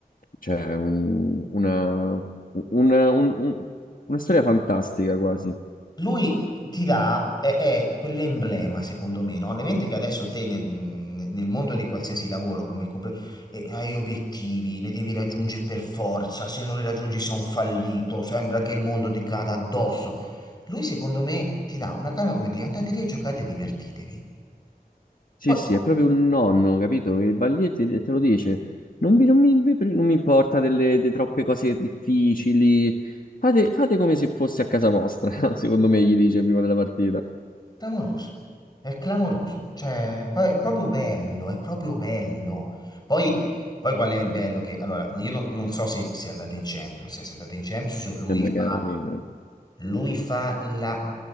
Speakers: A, on the left; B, on the left.
A: Cioè, un- una, una- un- un- una storia fantastica quasi.
B: Lui ti dà, è, è quell'emblema secondo me, no? L'evento che adesso te nel, nel mondo di qualsiasi lavoro, come compre- eh, hai obiettivi, li devi raggiungere per forza, se non li raggiungi sei un fallito, sembra che il mondo ti cada addosso. Lui secondo me ti dà una calma come dire andate lì a giocate e divertitevi.
A: Sì,
B: Poi
A: sì, è proprio un nonno, capito? Che va lì e te, e te lo dice. Non vi- non mi, non mi importa delle, de troppe cose difficili. Fate, fate come se fosse a casa vostra, <laughs> secondo me, gli dice prima della partita.
B: Clamoroso, è clamoroso, cioè poi è proprio bello, è proprio bello. Poi, poi qual è il bello che, allora, io no- non so se, se andate in Champions, se andate in Champions lui
A: E magari...
B: fa,
A: eh,
B: lui fa la,